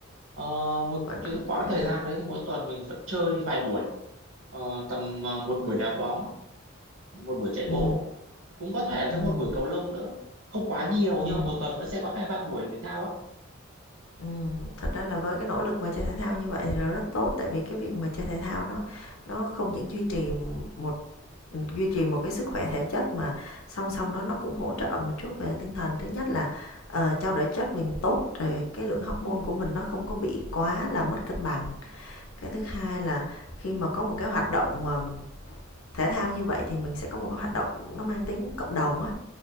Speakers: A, on the right; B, on the left.
A: Ờ, một
B: vẫn
A: cái
B: có
A: khoảng
B: chơi thể
A: thời
B: thao
A: gian đấy thì mỗi tuần mình vẫn chơi vài buổi Ờ, tầm ờ, một buổi đá bóng một buổi chạy
B: ừ
A: bộ cũng có thể
B: ừ
A: sẽ một buổi cầu lông nữa không quá nhiều
B: ừ
A: nhưng
B: ừ.
A: mà một tuần vẫn sẽ có hai ba buổi thể thao á
B: Ừm, thật ra là với cái nỗ lực mà chơi thể thao như vậy thì là rất tốt, tại vì cái việc mà chơi thể thao nó nó không những duy trì một ừ, duy trì một cái sức khỏe thể chất mà song song đó nó cũng hỗ trợ một chút về tinh thần. Thứ nhất là, ờ, trao đổi chất mình tốt, rồi cái lượng hormone của mình nó không có bị quá là mất cân bằng. Cái thứ hai là khi mà có một cái hoạt động mà thể thao như vậy thì mình sẽ có một cái hoạt động nó mang tính cộng đồng á,